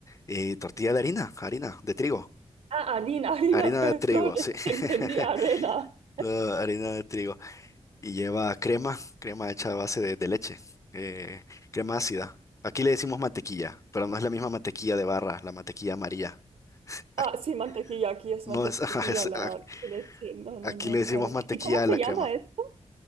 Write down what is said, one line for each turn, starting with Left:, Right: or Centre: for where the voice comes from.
Left: Y tortilla de harina, harina, de trigo.
Right: Ah, harina, harina,
Left: Harina
Right: perdón,
Left: de trigo,
Right: <laughs>
Left: sí. <laughs>
Right: entendí arena.
Left: No, harina de trigo. Y lleva crema, crema hecha a base de, de leche, eh, crema ácida. Aquí le decimos mantequilla, pero no es la misma mantequilla de barra, la mantequilla amarilla. Ac-
Right: Ah, sí, mantequilla, aquí es
Left: No
Right: mantequilla,
Left: es, <laughs> ajá, es-
Right: la
Left: ac-
Right: leche. No, no,
Left: aquí
Right: no,
Left: le decimos
Right: vale.
Left: mantequilla
Right: ¿Y cómo se
Left: a la
Right: llama
Left: crema.
Right: esto?